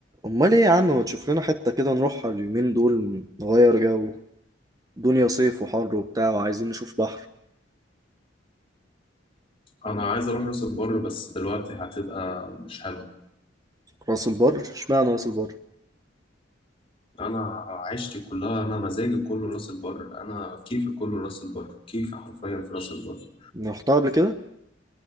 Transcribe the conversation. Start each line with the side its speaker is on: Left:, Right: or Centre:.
Right: امال ايه يا عم ما تشوف لنا حتة كده نروحها اليومين دول نغير جو دنيا صيف وحر وبتاع وعايزين نشوف بحر
Left: انا عايز اروح راس البر بس دلوقتي هتبقى مش حلوه
Right: راس البر اشمعنى راس البر
Left: انا عشتي كلها انا مزاجي كله راس البر انا كيفي كله راس البر كيفي حرفيا في راس البر
Right: رحتها قبل كده